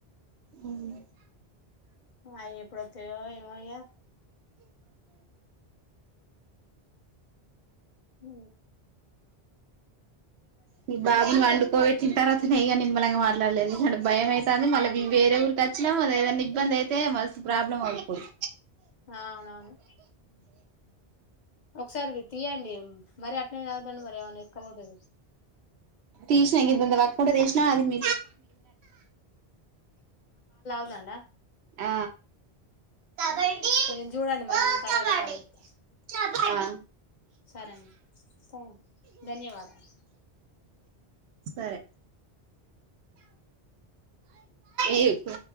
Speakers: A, on the right; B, on the left.
A: ఉమ్
B: అయయ్యి ఎప్పుడొత్తాయో ఏమో ఇగ ఊ
A: మీ బాబుని వండుకోవే తింటారా తినేయ్ అని నిమ్మలంగా మాట్లాడలే ఎందుకంటే భయమైతాంది మళ్ళీ వేరే ఊరికి వచ్చినం ఏదైనా ఇబ్బంది అయితే మస్తు ప్రాబ్లం ఐ పాల పొడి
B: ఆ ఔనవును ఒకసారి ఇది తియ్యండి మరీ అట్నే తాగుదండి మరి ఏమన్నా ఎక్కబోతాది
A: తీసినా ఇం <unintelligible> వర్క్ ఉంటే తీసినా అది <inaudible>
B: లండా
A: ఆ కబడ్డీ
B: ఊ కొంచెం చూడండి మరి
A: ఓ
B: నేను తర్వాత
A: కబడ్డీ
B: కాల్ చేత్తా
A: ఆ
B: సరే అండి స ధన్యవాదాలు
A: సరే ఈ కు